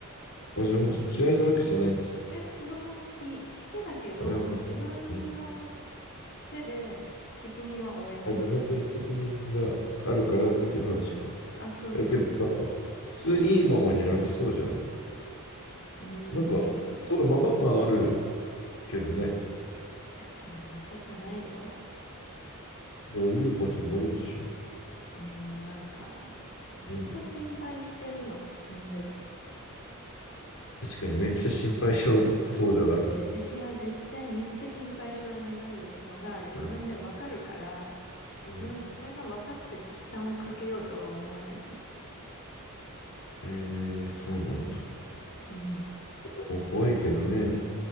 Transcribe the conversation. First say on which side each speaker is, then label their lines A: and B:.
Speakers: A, on the left (about 75°); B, on the left (about 55°).
A: あ、じゃあ本当に嫌いなわけじゃないんだ。
B: え、子供好き、好きだけど、
A: あ、やっぱ
B: 自分の
A: うん。
B: 手で責任は負えないっていうだけ。
A: あ、じゃあ本当に責任があるからっていう話か。
B: あ、そうそうそう。
A: え、けどさ、普通にいいママになりそうじゃん。
B: うーん、
A: なんか、
B: いや、
A: すごいママ感あるけどね。
B: いや、そんなことないよ。
A: どういうことになるでしょう。
B: うーん、なんか、ずっと心配してるのがしんどい。
A: うん。確かにめっちゃ心配しちゃうそうではある。
B: え、私は絶対めっちゃ心配性になるのが自分でわかるから、
A: うん。
B: 自分、
A: う
B: それが分かってて負担をかけようとは思わないかも。
A: ん、えー、そうなんだ。
B: うん。
A: 子供可愛いけどね。